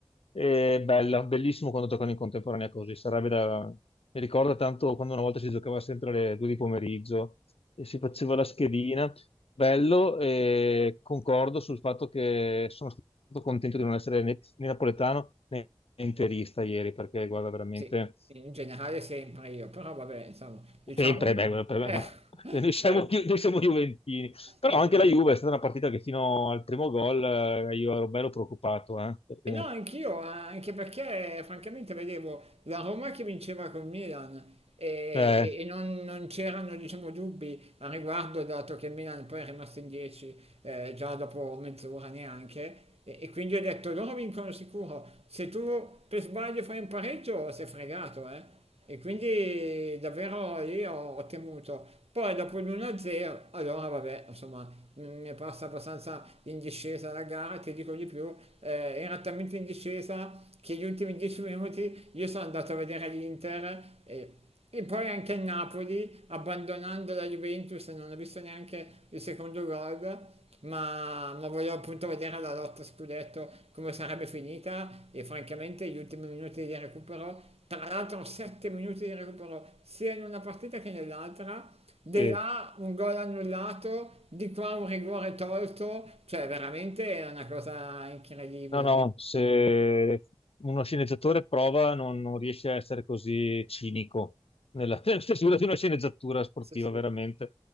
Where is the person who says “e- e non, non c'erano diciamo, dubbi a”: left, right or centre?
Right